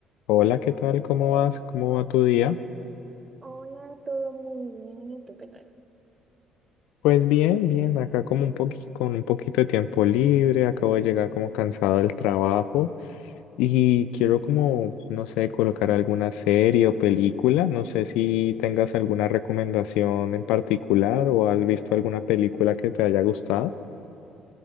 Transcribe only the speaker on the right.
Hola, todo muy bien. ¿Y tú qué tal?